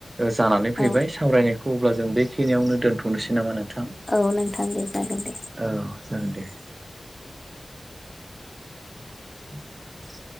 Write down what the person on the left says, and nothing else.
औ
औ नोंथां दे जागोन दे